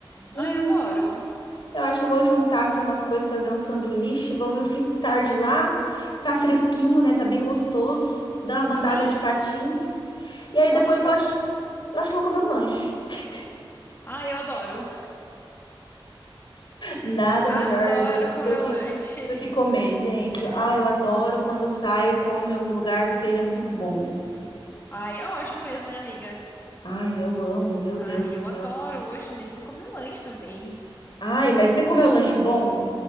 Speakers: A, on the left (about 55°); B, on the left (about 25°).
A: Uhum.
B: Ai, eu adoro.
A: Eu acho que eu vou juntar aqui umas coisas, fazer um sanduíche. Vou ver o filho de tarde lá. Tá fresquinho, né? Tá bem gostoso. Dá uma
B: Sim,
A: andada de patins. E aí
B: nossa,
A: depois eu acho,
B: eu.
A: eu acho que eu vou comer um lanche. <laughs>
B: Ai, eu adoro.
A: Nada
B: <laughs>
A: melhor
B: Adoro
A: do,
B: comer
A: do que,
B: lanche.
A: do que comer, gente. Ah, eu adoro quando eu saio e como em algum lugar que seja muito bom.
B: Ai, é ótimo mesmo, né, amiga?
A: Ai, eu amo, meu Deus
B: Ai,
A: do
B: eu
A: céu.
B: adoro. Hoje mesmo eu comi um lanche também.
A: Ai, mas você comeu lanche bom?